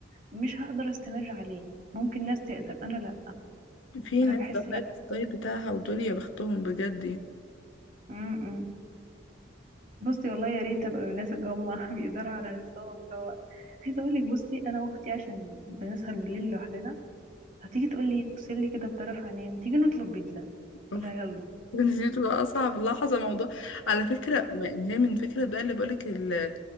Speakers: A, on the right (about 40°); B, on the left (about 75°).
A: مش هقدر استمر عليه ممكن ناس تقدر انا لا
B: في
A: انا
B: ناس
A: بحس
B: ده اللايف
A: لا
B: ستايل بتاعها ودول يا بختهم بجد يعني.
A: م -م. بصي والله يا ريت ابقى من الناس اللي هم <laughs> بيقدروا على نفسهم اللي هو عايزه اقول لك بصي انا واختي عشان بنسهر بالليل لوحدنا هتيجي تقول لي بص لي كده بطرف عينيا ما تيجي نطلب بيتزا
B: مم.
A: اقول لها يلا
B: دي بتبقى اصعب لحظه موضوع على فكره ما ما هي من فكره بقى اللي بقولك ال-